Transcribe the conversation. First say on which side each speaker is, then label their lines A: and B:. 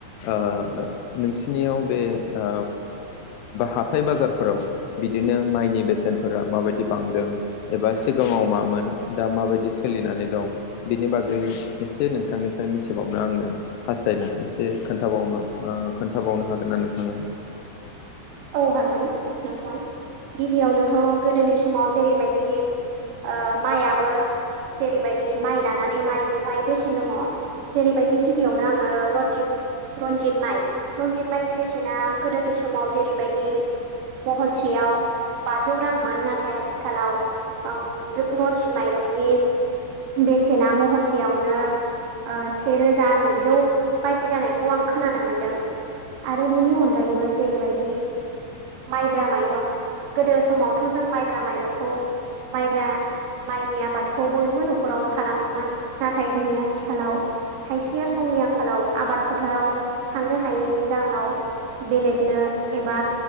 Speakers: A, on the left (about 85°); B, on the right (about 75°).
A: ओ नोंसिनियाव बे ओ हाथाइ बाजारफोराव बिदिनो माइनि बेसेनफोरा माबायदि बांदों एबा सिगाङाव मामोन दा माबायदि सोलिनानै दं बिनि बागै एसे नोंथांनिफ्राय मिथिबावनो आङो हास्थायदों एसे खोन्थाबावनो ओ खोन्थाबावनो हागोन ना नोंथाङा
B: औ हागोन नोंथां गिबियावनोथ' गोदोनि समाव जेरैबायदि ओमाइयाबो जेरैबायदि माइ लानानै माइ बेवहाय बेसेन दङ। जेरैबायदि गिबियावनो आङो रनजित रनजित माइ रनजित माइनि बेसेना गोदोनि समाव जेरैबायदि महनसेयाव बाजौ रांमोन नाथाय आथिखालाव ओम जो रनजित माइरंनि बेसेना महनसेयावनो ओ सेेरोजा नैजौ बायदि जानायखौ आं खोनानो मोनदों। आरो बिनि अनगायैबो जेरैबायदि माइब्रा माइरं गोदो समावथ' जों माइब्रा माइरंखौ माइब्रा माइनि आबादखौ बयबो न'खरावनो खालामोमोन नाथाय दिनै आथिखालाव खायसेया समनि आंखालाव आबाद फोथाराव थांनो हायैनि जाहोनाव बेलेगनो एबा